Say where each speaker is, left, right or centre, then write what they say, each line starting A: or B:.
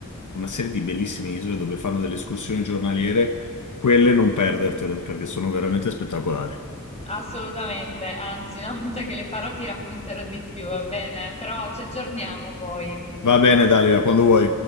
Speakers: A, on the left; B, on the left.
A: una serie di bellissime isole dove fanno delle escursioni giornaliere. Quelle non perdertele, perché sono veramente spettacolari.
B: Assolutamente, anzi, una volta che le farò ti racconterò di più, va bene? Però ci aggiorniamo poi.
A: Va bene, Dalila, quando vuoi.